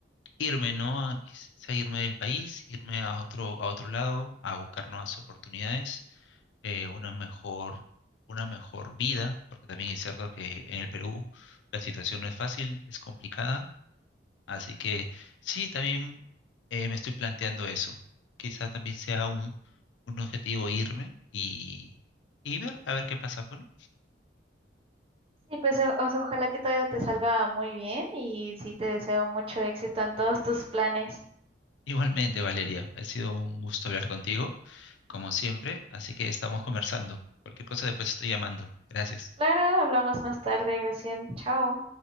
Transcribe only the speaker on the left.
irme, ¿no? A, quizá irme del país, irme a otro a otro lado a buscar nuevas oportunidades eh, una mejor, una mejor vida, porque también es cierto que en el Perú la situación no es fácil, es complicada, así que sí, también eh, me estoy planteando eso. Quizá también sea un, un objetivo irme y, y ver, a ver qué pasa. Bueno,
igualmente, Valeria, ha sido un gusto hablar contigo, como siempre, así que estamos conversando. Cualquier cosa después estoy llamando. Gracias.